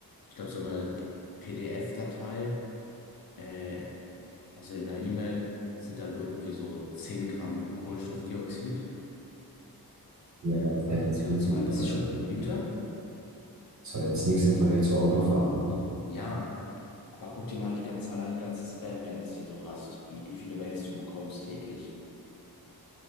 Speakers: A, on the left (about 65°); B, on the right (about 50°).
A: ich glaube, so eine PDF-Datei, äh, also in einer E-Mail, sind dann irgendwie so 10 Gramm Kohlenstoffdioxid,
B: ja,
A: ähm,
B: aber das ist
A: also
B: ja jetzt
A: CO2.
B: nichts im
A: Das
B: Vergleich
A: ist schon,
B: zu,
A: wie bitte?
B: das war jetzt nichts im Vergleich zu Autofahren oder so.
A: Ja, aber guck dir mal die ganz, allein die ganzen Spam-Mails, die du hast und wie viele Mails du bekommst täglich.